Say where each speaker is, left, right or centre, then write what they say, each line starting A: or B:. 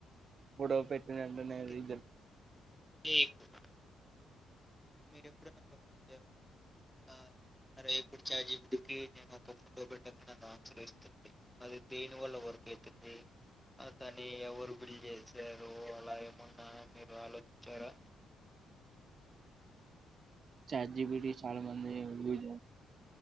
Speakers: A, on the right; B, in the centre.
A: గొడవ పెట్టినంటనే
B: అంటే
A: అది
B: మీకు- మీరు ఎప్పుడన్నా గమనించారా ఆ, అరే ఇప్పుడు చాట్ జి పి టి కి నేను ఒక ఫోటో పెట్టంగానే అది ఆన్సర్ ఇస్తుంది, అది పెయిన్ వల్ల వర్క్ అవుతుంది, అ దాని అది ఎవరు బిల్డ్ చేసారో అల ఎమన్నా మీరు ఆలోచించారా
A: చాట్ జి పి టి చాలా మంది యూస్